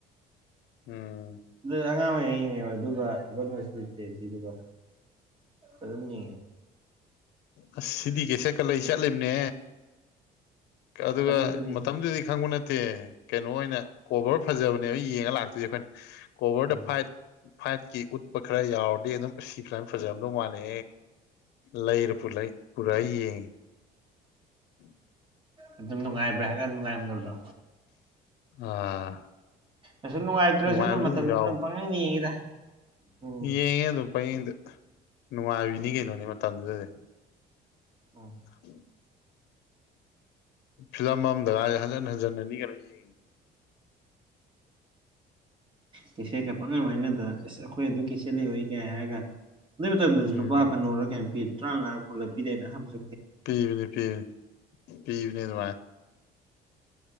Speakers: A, on the left (about 80°); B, on the right (about 30°).
A: ꯎꯝ
B: ꯑꯗꯨ ꯑꯉꯥꯡ ꯑꯣꯏꯅ ꯌꯦꯡꯉꯦꯕ ꯑꯗꯨꯒ ꯑꯩꯗꯨꯒ ꯑꯗꯨꯅꯤ
A: ꯑꯁ ꯁꯤꯗꯤ ꯀꯩ ꯁꯀꯠꯂ ꯆꯠꯂꯤꯕꯅꯦ ꯑꯗꯨꯒ
B: ꯃꯇꯝꯗꯨꯗꯗꯤ
A: ꯃꯇꯝꯗꯨꯗꯤ ꯈꯪꯕ ꯅꯠꯇꯦ ꯅꯠꯇꯦ ꯀꯩꯅꯣ ꯑꯣꯏꯅ ꯀꯣꯕꯔ ꯐꯖꯕꯅꯦꯕ ꯌꯦꯡꯉ ꯂꯥꯛꯇꯣꯏꯁꯦ ꯑꯩꯈꯣꯏꯅ ꯀꯣꯚꯔ
B: ꯎꯝ
A: ꯗ ꯐꯥꯏꯠ ꯐꯥꯏꯠꯀꯤ ꯎꯠꯄ ꯈꯔ ꯌꯥꯎꯔꯗꯤ ꯑꯗꯨꯝ ꯁꯤ ꯐ꯭ꯂꯥꯝ ꯐꯖꯕꯗꯧ ꯃꯥꯜꯅꯦ ꯂꯩꯔ ꯄꯨ ꯂꯩ ꯄꯨꯔꯥ ꯌꯦꯡꯉꯦ ꯎꯝ
B: ꯑꯗꯨꯝ ꯅꯨꯡꯉꯥꯏꯕ꯭ꯔꯥ ꯍꯥꯏꯒ ꯅꯨꯡꯉꯥꯏꯔꯝꯗꯕꯗꯣ
A: ꯑꯥ
B: ꯑ ꯅꯨꯡꯉꯥꯏꯇ꯭ꯔꯁꯨ
A: ꯅꯨꯡꯉꯥꯏꯕꯁꯨ
B: ꯑꯗꯨꯝ ꯃꯇꯝꯗꯨꯗ
A: ꯌꯥꯎꯕꯅꯦ
B: ꯑꯗꯨꯝ ꯄꯪꯅꯤꯡ ꯌꯦꯡꯉꯤꯗ ꯎꯝ
A: ꯌꯦꯡꯉꯦ ꯑꯗꯨꯝ ꯄꯌꯦꯡꯗ ꯅꯨꯡꯉꯥꯏꯕꯤꯅꯤ ꯀꯩꯅꯣꯅꯤ ꯃꯇꯝꯗꯨꯗꯗꯤ
B: ꯎꯝ
A: ꯎꯝ ꯐꯤꯂꯝ ꯑꯃꯗ ꯀꯥꯏꯗꯤ ꯍꯟꯖꯟ ꯍꯟꯖꯤꯟꯅꯅꯤꯒ ꯂꯣꯏ ꯌꯦꯡꯉꯤ
B: ꯀꯩꯆꯦꯠꯀ ꯄꯪꯉꯝ ꯍꯥꯏꯅꯗꯅ ꯑꯦꯁ ꯑꯩꯈꯣꯏ ꯑꯗꯨ ꯀꯩꯆꯦꯠ ꯂꯩꯍꯏ ꯀꯦ ꯍꯥꯏꯔꯒ ꯑꯗꯨ ꯃꯇꯝꯗꯁꯨ
A: ꯎꯝ
B: ꯂꯨꯄꯥ ꯀꯅꯣꯔꯨꯔ ꯀꯌꯥꯝ ꯄꯤ ꯇꯔꯥꯉꯥ ꯀꯣꯂ ꯄꯤꯗꯦꯅ ꯑꯍꯥꯟꯕꯁꯨ
A: ꯄꯤꯕꯅꯤ ꯄꯤꯅꯤ ꯄꯤꯕꯅꯦ ꯑꯗꯨꯃꯥꯏ